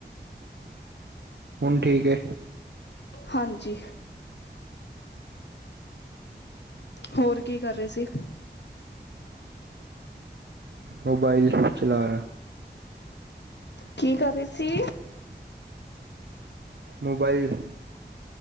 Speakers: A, on the right; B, on the left.
A: ਹੁਣ ਠੀਕ ਏ।
B: ਹਾਂਜੀ। ਹੋਰ ਕੀ ਕਰ ਰਹੇ ਸੀ।
A: ਮੋਬਾਈਲ ਚਲਾ ਰਿਹਾ।
B: ਕੀ ਕਰ ਰਹੇ ਸੀ।
A: ਮੋਬਾਈਲ।